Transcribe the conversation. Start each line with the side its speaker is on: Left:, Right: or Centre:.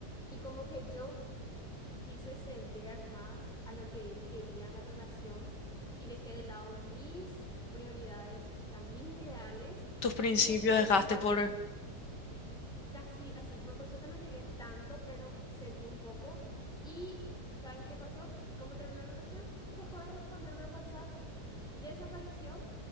Centre: Y como que yo quise ceder más a lo que él quería en la relación y dejé de lado mis prioridades, o sea, mis ideales.
Left: Tus principios
Centre: Y después
Left: dejaste
Centre: de la nada
Left: por...
Centre: casi así. pero por suerte no llegué tanto, pero cedí un poco. Y, ¿sabes qué pasó? ¿Cómo terminó la relación? Dejó de responderme el WhatsApp, desapareció